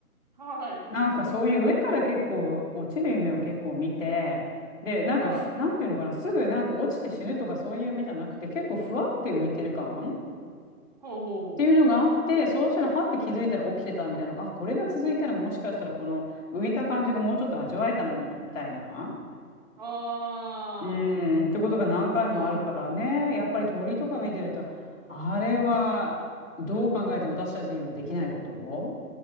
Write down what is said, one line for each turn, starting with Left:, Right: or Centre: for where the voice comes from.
Right: はい。
Left: なんかそういう上から結構落ちる夢を結構見て、で、なんか、
Right: はい。
Left: なんていうのかな、すぐなんか落ちて死ぬとかそういう夢じゃなくて、結構ふわって浮いてる感っ
Right: うんうん。ほうほうほう。
Left: ていうのがあって、そうしたらはって気づいたら起きてたみたいな、あ、これが続いたらもしかしたらこの浮いた感じがもうちょっと味わえたのに、みたいな。
Right: ああ、
Left: うーん、ってことが何回もあるからね。
Right: あるある。
Left: やっぱり鳥とか見てると、
Right: うんうん。
Left: あれはどう考えても私たちにはできないことを。